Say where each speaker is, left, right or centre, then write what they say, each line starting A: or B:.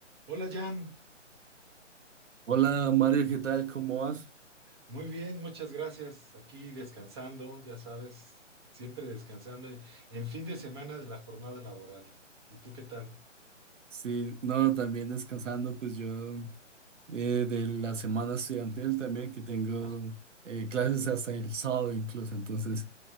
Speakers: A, on the right (about 20°); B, on the right (about 75°).
A: Hola Jan,
B: Hola Mario, ¿qué tal? ¿Cómo vas?
A: muy bien, muchas gracias. Aquí descansando, ya sabes, siempre descansando en, en fin de semana de la jornada laboral. ¿Y tú qué tal?
B: Sí, no, también descansando, pues yo eh, de la semana estudiantil también, que tengo
A: Ah,
B: eh, clases hasta el sábado incluso, entonces